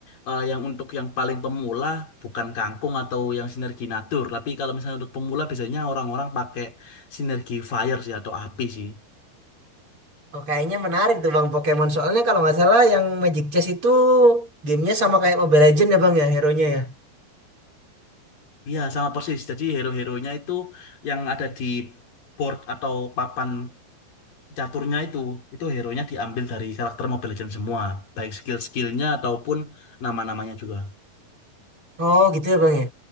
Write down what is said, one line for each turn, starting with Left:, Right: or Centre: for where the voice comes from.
Left: eh, yang untuk yang paling pemula bukan Kangkung atau yang Sinergi Natur, tapi kalau misalnya untuk pemula biasanya orang-orang pakai Sinergi Fire sih atau api sih.
Right: Oh, kayaknya menarik tuh Bang Pokemon. Soalnya kalau nggak salah yang Magic Chess itu gamenya sama kayak Mobile Legends ya Bang ya, hero-nya ya.
Left: Iya, sama persis. Jadi hero-heronya itu yang ada di board atau papan caturnya itu, itu hero-nya diambil dari karakter Mobile Legends semua, baik skill-skillnya ataupun nama-namanya juga.
Right: Oh gitu ya Bang ya.